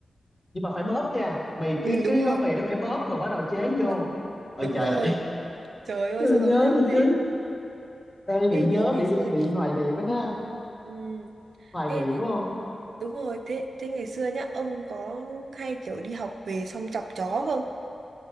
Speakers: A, on the left; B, on the right.
A: nhưng mà phải bóp nha mày
B: ừ
A: cái
B: đúng
A: cái
B: rồi
A: gói mì nó phải bóp rồi bắt đầu chế
B: chuẩn
A: vô ôi
B: đúng
A: trời
B: rồi
A: ơi <laughs>
B: trời ơi
A: Trời
B: sao
A: ơi,
B: giống
A: nhớ
B: nhau
A: đi
B: thế
A: chứ Ê,
B: Ê
A: bị nhớ
B: nhớ ngày
A: bị
B: xưa
A: bị
B: nhỉ.
A: hoài niệm á ha
B: Ừ.
A: hoài
B: Ê
A: niệm đúng không
B: đúng rồi thế thế ngày xưa nhá ông có hay kiểu đi học về xong chọc chó không?